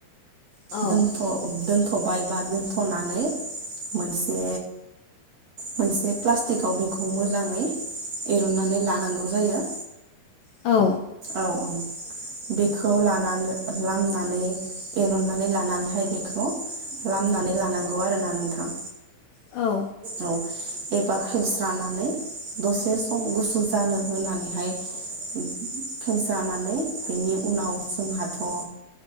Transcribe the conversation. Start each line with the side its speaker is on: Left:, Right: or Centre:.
Left: औ
Right: दोनथ'बाय बा दोनथ'नानै मोनसे मोनसे प्लास्टिकआव बेखौ मोजाङै एरनानै लानांगौ जायो
Left: औ
Right: औ औ बेखौ लानानै लामनानै एनहननानै लानानैहाय बेखौ खालामलामनानै लानांगौ आरोोना नोंथां
Left: औ
Right: औ एबा फिस्रानानै दसे सम गुसु जानो होनानैहाय <unintelligible> जानानै बेनि उनाव जोंहाथ' ओ